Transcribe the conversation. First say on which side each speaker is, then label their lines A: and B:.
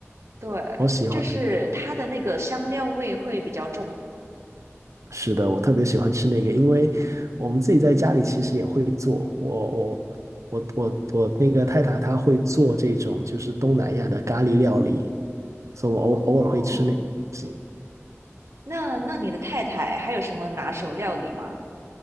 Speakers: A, on the right; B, on the right.
A: 对，
B: 我喜欢。
A: 就是它的那个香料味会比较重
B: 是的，我特别喜欢吃那个，因为我们自己在家里其实也会做。我我我我我那个太太她会做这种就是东南亚的咖喱料理，所以我偶偶尔会吃那个东西。
A: 哦，那那你的太太还有什么拿手料理吗？